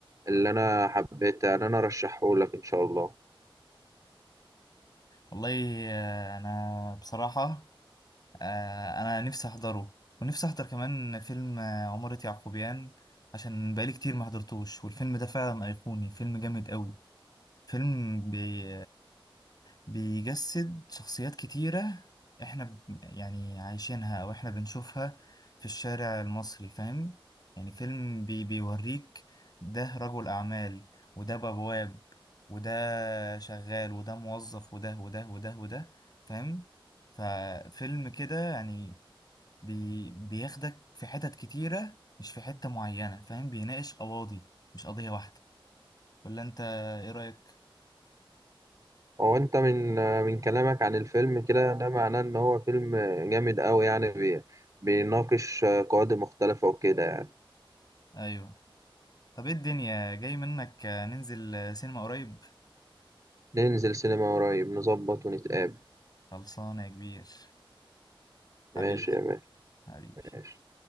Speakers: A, on the right; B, on the left.
A: اللي أنا حبيتها يعني أنا أرشحهولك إن شاء الله.
B: والله آه، انا بصراحة آه، انا نفسي احضره ونفسي احضر كمان فيلم آه، عمارة يعقوبيان عشان بقالي كتير ما حضرتوش والفيلم ده فعلا ايقوني فيلم جامد قوي فيلم بي... بيجسد شخصيات كتيرة احنا ب... يعني عايشينها او احنا بنشوفها في الشارع المصري فاهم يعني فيلم بي... بيوريك ده رجل اعمال وده بواب وده شغال وده موظف وده وده وده وده فاهم ففيلم كده يعني بي... بياخدك في حتت كتيرة مش في حتة معينة فاهم بيناقش قواضي مش قضية واحدة ولا انت ايه رأيك
A: هو انت من من كلامك عن الفيلم كده ده معناه ان هو فيلم جامد قوي يعني بي بيناقش قواعد مختلفة وكده يعني
B: ايوه طب ايه الدنيا جاي منك آه، ننزل آه، سينما قريب
A: ننزل سينما قريب نظبط ونتقابل
B: خلصانة يا كبير
A: ماشي
B: حبيبي
A: يا باشا
B: حبيبي
A: ماشي